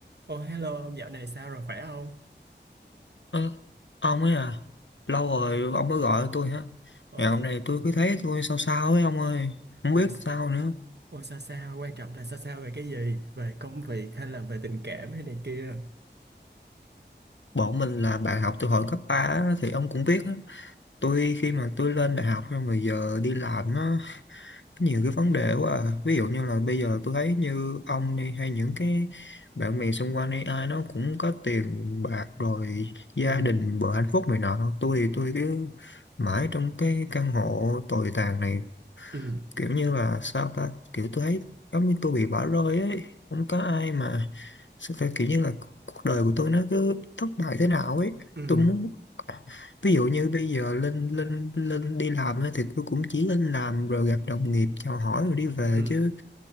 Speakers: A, on the right; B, on the left.
A: Ồ hello ông dạo này sao rồi khỏe không?
B: Ơ, ông ấy à lâu rồi ông mới gọi tôi hả
A: Ồ,
B: ngày hôm nay tôi cứ thấy tôi sao sao ấy ông ơi không
A: ồ,
B: biết
A: s-
B: sao nữa
A: ồ sao sao quan trọng là sao sao về cái gì? Về công việc hay là về tình cảm hay này kia?
B: bọn mình là bạn học từ hồi cấp 3 á, thì ông cũng biết á tôi khi mà tôi lên đại học rồi mà giờ đi làm nó nhiều cái vấn đề quá à. ví dụ như là bây giờ tôi thấy như ông đi hay những cái bạn bè xung quanh đi ai nó cũng có tiền bạc rồi gia
A: Ừ,
B: đình bữa hạnh phúc này nọ tôi thì tôi cứ mãi trong cái căn hộ tồi tàn này
A: ừ,
B: kiểu như là sao ta kiểu tôi thấy giống như tôi bị bỏ rơi ấy không có ai mà sao ta kiểu như là cu- cuộc đời của tôi nó cứ thất bại thế nào ấy
A: ừ,
B: tôi muốn ví dụ như bây giờ lên lên lên đi làm ấy, thì tôi cũng chỉ lên làm rồi gặp đồng nghiệp chào hỏi rồi đi về
A: ừ,
B: chứ